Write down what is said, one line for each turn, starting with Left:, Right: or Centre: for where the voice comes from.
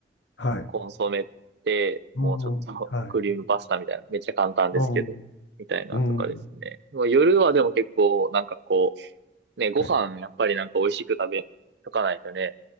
Left: はい。
Right: コンソメで、
Left: うん。
Right: もうちょっと
Left: はい。
Right: <laughs> クリームパスタみたいな、めっちゃ簡単ですけど、
Left: うん。
Right: みたいなんとかですね。
Left: うん。
Right: もう夜はでも結構、なんかこう、ね、ご飯やっぱりなんか美味しく食べとかないとね、
Left: はい。